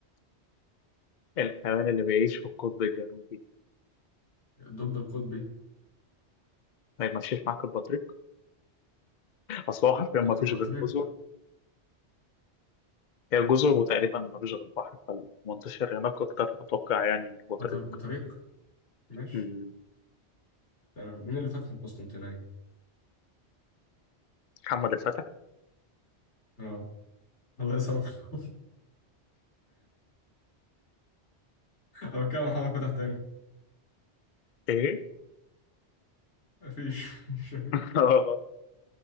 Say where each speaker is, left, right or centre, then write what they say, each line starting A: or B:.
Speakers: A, on the left (about 50°); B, on the left (about 85°).
A: إيه الحيوان اللي بيعيش في القطب الجنوبي
B: الدب القطبي
A: ما يمشيش معاك البطريق أصل هو حرفيا ما فيش
B: بطريق
A: غير جزر هي جزر وتقريبا مفيش غير بحر فالمنتشر هناك أكتر أتوقع يعني البطريق
B: بطر... بطريق ماشي
A: مم.
B: تمام مين اللي فتح القسطنطينية؟
A: محمد الفتح
B: اه الله يسامحه <laughs> أو كان محمد فتح تاني
A: إيه؟
B: مفيش مفيش مفيش.
A: <laughs> آه،